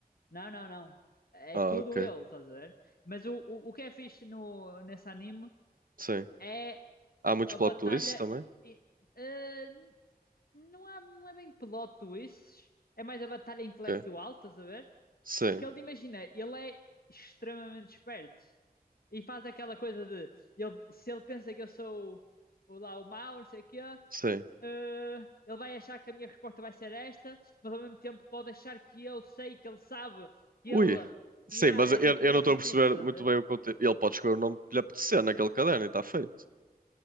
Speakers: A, on the left; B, on the right.
A: Não, não, não. É
B: Ah,
A: tudo
B: ok.
A: ele, estás a ver? Mas o, o, o que é fixe no, nesse anime
B: Sim.
A: é
B: Há muitos
A: a
B: plot
A: batalha.
B: twists também?
A: e- eh, não é, não é bem plot twists. É mais a batalha intelectual,
B: Ok.
A: estás a ver?
B: Sim,
A: Porque ele, imagina, ele é extremamente esperto. E faz aquela coisa de... Ele, se ele pensa que eu sou o, lá o mau, não sei o quê...
B: sim.
A: eh, ele vai achar que a minha resposta vai ser esta, mas ao mesmo tempo pode achar que eu sei, que ele sabe, que
B: Ui,
A: ele...
B: sim,
A: Yeah,
B: mas
A: é
B: eu,
A: tipo
B: eu
A: dessas
B: não estou a perceber
A: tipos, estás
B: muito
A: a ver?
B: bem o conteúdo. Ele pode escolher o nome que lhe apetecer naquele caderno e está feito.